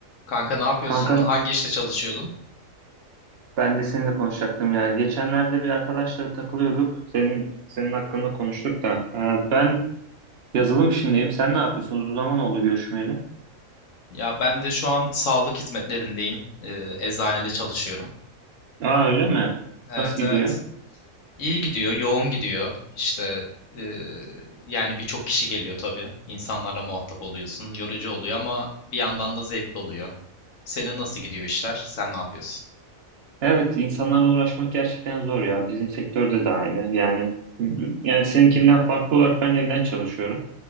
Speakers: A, on the left; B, on the right.
A: Kanka ne yapıyorsun?
B: Kanka
A: Hangi işte çalışıyordun?
B: ben de seninle konuşacaktım ya. Geçenlerde bir arkadaşla takılıyorduk. Senin senin hakkında konuştuk da. Ee, ben yazılım işindeyim. Sen ne yapıyorsun? Uzun zaman oldu görüşmeyeli.
A: Ya ben de şu an sağlık hizmetlerindeyim. Ee, eczanede çalışıyorum.
B: Aa öyle mi?
A: Evet
B: Nasıl
A: evet.
B: gidiyor?
A: İyi gidiyor, yoğun gidiyor. İşte ee, yani birçok kişi geliyor tabii. İnsanlarla muhatap oluyorsun. Yorucu oluyor ama bir yandan da zevkli oluyor. Senin nasıl gidiyor işler? Sen ne yapıyorsun?
B: Evet, insanlarla uğraşmak gerçekten zor ya. Bizim sektörde de aynı. Yani yani seninkinden farklı olarak ben evden çalışıyorum.